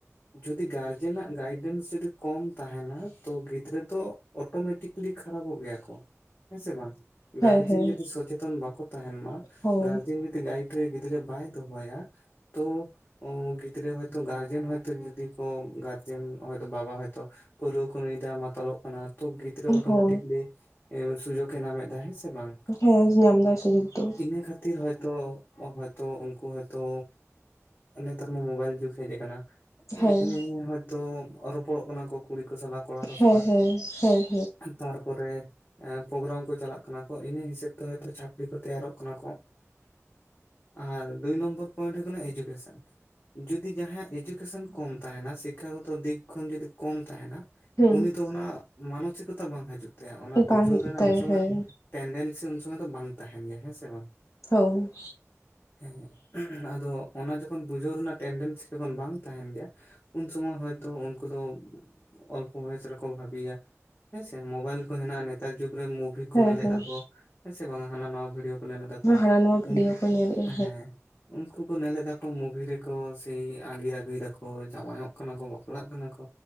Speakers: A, on the left; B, on the left.
A: ᱡᱩᱫᱤ ᱜᱟᱨᱡᱮᱱᱟᱜ ᱜᱟᱭᱰᱮᱱᱥ ᱡᱩᱫᱤ ᱠᱚᱢ ᱛᱟᱦᱮᱱᱟ ᱛᱚ ᱜᱤᱫᱽᱨᱟᱹ ᱫᱚ ᱚᱴᱚᱢᱮᱴᱤᱠᱞᱤ ᱠᱷᱟᱨᱟᱵᱚᱜ ᱜᱮᱭᱟ ᱠᱚ ᱦᱮᱸ ᱥᱮ ᱵᱟᱝ
B: ᱦᱮᱸ
A: ᱜᱟᱨᱡᱮᱱ
B: ᱦᱮᱸ
A: ᱡᱩᱫᱤ ᱥᱚᱪᱮᱛ ᱟᱱ ᱵᱟᱠᱚ ᱛᱟᱦᱮᱱ ᱢᱟ
B: ᱦᱳᱭ
A: ᱜᱟᱨᱡᱮᱱ ᱡᱩᱫᱤ ᱜᱟᱭᱤᱰ ᱨᱮ ᱜᱤᱫᱽᱨᱟᱹ ᱵᱟᱭ ᱫᱚᱦᱚᱭᱟ ᱛᱚ ᱚ ᱜᱤᱫᱽᱨᱟᱹ ᱦᱚᱭᱛᱚ ᱜᱟᱨᱡᱮᱱ ᱦᱚᱭᱛᱚ ᱡᱩᱫᱤ ᱠᱚ ᱜᱟᱨᱡᱮᱱ ᱦᱚᱭᱛᱚ ᱵᱟᱵᱟ ᱦᱚᱭᱛᱚ ᱯᱟᱹᱨᱣᱟᱹ ᱠᱚ ᱧᱩᱭᱫᱟ ᱢᱟᱛᱟᱞᱚᱜ ᱠᱟᱱᱟ ᱛᱚ ᱜᱤᱫᱽᱨᱟᱹ ᱚᱴᱚᱢᱮᱴᱤᱠᱞᱤ
B: ᱦᱳᱭ
A: ᱮᱸᱻ ᱥᱩᱡᱚᱜ ᱮ ᱧᱟᱢᱮ ᱮᱫᱟ ᱦᱮᱸ ᱥᱮ ᱦᱮ ᱵᱟᱝ
B: ᱦᱮᱸ ᱧᱟᱢ ᱫᱟᱭ ᱥᱩᱡᱳᱜᱽ ᱫᱚ
A: ᱤᱱᱟᱹ ᱠᱷᱟᱹ...... ᱛᱤᱨ ᱦᱚᱭᱛᱚ, ᱦᱚᱭᱛᱚ ᱩᱱᱠᱩ ᱦᱚᱭᱛᱚ ᱱᱮᱛᱟᱨ ᱢᱟ ᱢᱩᱵᱟᱭᱤᱞ ᱡᱩᱜ ᱦᱮᱡ ᱟᱠᱟᱱᱟ ᱛᱚ
B: ᱦᱮᱸ
A: <unintelligible> ᱦᱚᱭᱛᱳ ᱨᱚᱯᱚᱲᱚᱜ ᱠᱟᱱᱟ ᱠᱚ ᱠᱩᱲᱤ ᱠᱚ ᱥᱟᱞᱟᱜ ᱠᱚᱲᱟ ᱠᱚ
B: ᱦᱮᱸ
A: ᱥᱟᱞᱟᱜ
B: ᱦᱮᱸ ᱦᱮᱸ
A: ᱛᱟᱨᱯᱚᱨᱮ ᱯᱨᱚᱜᱨᱟᱢ ᱠᱚ ᱪᱟᱞᱟᱜ ᱠᱟᱱᱟ ᱠᱚ ᱤᱱᱟᱹ ᱦᱤᱥᱟᱹᱵ ᱛᱮ ᱦᱚᱭᱛᱚ ᱪᱷᱟᱹᱯᱲᱤ ᱠᱚ ᱛᱮᱭᱟᱨᱚᱜ ᱠᱟᱱᱟ ᱠᱳ ᱟᱨ ᱫᱩᱭ ᱱᱚᱢᱵᱚᱨ ᱯᱚᱤᱱᱴ ᱦᱩᱭᱩᱜ ᱠᱟᱱᱟ ᱮᱡᱩᱠᱮᱥᱚᱱ ᱡᱩᱫᱤ ᱡᱟᱦᱟᱸᱭᱟᱜ ᱮᱡᱩᱠᱮᱥᱚᱱ ᱠᱚᱢ ᱛᱟᱦᱮᱱᱟ ᱥᱤᱠᱷᱟ. ᱜᱚᱛᱚ ᱫᱤᱠ ᱠᱷᱚᱱ ᱡᱩᱫᱤ ᱠᱚᱢ ᱛᱟᱦᱮᱱᱟ
B: ᱦᱮᱸ
A: ᱩᱱᱤ ᱫᱚ ᱚᱱᱟ ᱢᱟᱱᱚᱥᱤᱠᱚᱛᱟ ᱵᱟᱝ ᱦᱤᱡᱩᱜ ᱛᱟᱭᱟ ᱚᱱᱟ
B: ᱦᱩᱸ
A: ᱵᱩᱡᱷᱟᱹᱣ
B: ᱵᱟᱝ ᱦᱤᱡᱩᱜ
A: ᱨᱮᱱᱟᱜ
B: ᱛᱟᱭᱟ
A: ᱩᱱ ᱥᱚᱢᱚᱭ
B: ᱦᱮᱸ
A: ᱴᱮᱱᱰᱮᱱᱥᱤ ᱩᱱ ᱥᱚᱢᱚᱭ ᱫᱚ ᱵᱟᱝ ᱛᱟᱦᱮᱱ ᱜᱮᱭᱟ ᱦᱮᱸ ᱥᱮ ᱵᱟᱝ
B: ᱦᱚᱩ....
A: ᱦᱮᱸ <unintelligible> ᱟᱫᱚ ᱚᱱᱟ ᱡᱚᱠᱷᱚᱱ ᱵᱩᱡᱷᱟᱹᱣ ᱨᱮᱱᱟᱜ ᱴᱮᱱᱰᱮᱱᱥᱤ ᱡᱚᱠᱷᱚᱱ ᱵᱟᱝ ᱛᱟᱦᱮᱱ ᱜᱮᱭᱟ ᱩᱱ ᱥᱚᱢᱚᱭ ᱦᱚᱭᱛᱳ ᱩᱱᱠᱩ ᱫᱚ ᱚᱞᱯᱚ ᱵᱚᱭᱮᱥ ᱨᱮᱠᱚ ᱵᱷᱟᱹᱵᱤᱭᱟ ᱦᱮᱸᱥᱮ ᱢᱩᱵᱟᱭᱤᱞ ᱠᱚ ᱦᱮᱱᱟᱜᱼᱟ ᱱᱮᱛᱟᱨ ᱡᱩᱜᱽ ᱨᱮ ᱢᱩᱵᱷᱤ
B: ᱦᱮᱸ
A: ᱠᱚ ᱱᱮᱞ ᱮᱜ-ᱟ
B: ᱦᱮᱸ
A: ᱠᱚ ᱦᱮᱸ ᱥᱮ ᱵᱟᱝ ᱦᱟᱱᱟ ᱱᱷᱟᱣᱟ ᱵᱷᱤᱰᱭᱚ ᱠᱚ ᱱᱮᱞ ᱮᱫᱟ ᱠᱚ
B: ᱦᱟᱱᱟ ᱱᱟᱣᱟ ᱵᱷᱤᱰᱭᱳ
A: ᱩᱱ
B: ᱠᱚ ᱧᱮᱞᱮᱫᱼᱟ
A: ᱦᱮᱸ ᱩᱱᱠᱩ ᱠᱚ ᱱᱮᱞ ᱮᱫᱟ ᱠᱚ ᱢᱩᱵᱷᱤ ᱨᱮ ᱠᱚ ᱥᱮ ᱟᱸᱜᱤᱨ ᱟᱹᱜᱩᱭ ᱮᱫᱟ ᱠᱚ ᱡᱟᱶᱟᱭᱚᱜ ᱠᱟᱱᱟ ᱠᱚ ᱵᱟᱯᱞᱟᱜ ᱠᱟᱱᱟ ᱠᱚ